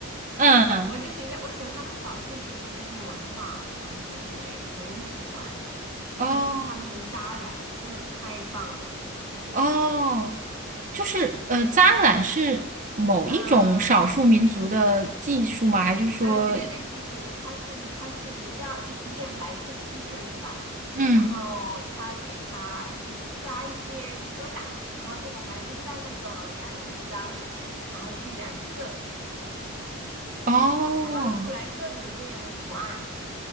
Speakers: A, on the right; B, on the right.
A: 嗯，
B: <laughs> 我就觉得我喜欢他们少数民族的一些文化传承之类的，很喜欢，特别是他们的扎染，
A: 哦
B: 真的太棒了。
A: 哦，就是呃，扎染是某一种少数民族的技术吗？
B: 啊！
A: 还是说，
B: 哎、对对对，技术，他是他是，你知道一一件白色的 T 恤是吧？
A: 嗯？
B: 然后他给他就是扎一些疙瘩，然后就把它扔到那个染水缸里面，然后去染色，
A: 哦
B: 然后出来各种各样的图案